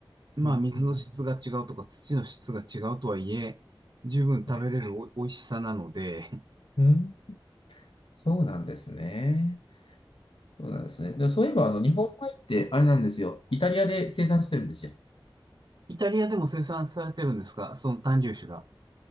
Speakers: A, on the right; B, on the left.
A: ーまあ、
B: うん、
A: 水の質が違うとか、
B: うん、
A: 土の質が違うとはいえ、十分食べれるお、
B: はい。
A: 美味しさなので、<laughs>
B: うん、そうなんですね。そうなんですね。で、そういえば、あの、日本米って、あれなんですよ。イタリアで生産してるんですよ。
A: イタリアでも生産されてるんですかその単粒種が。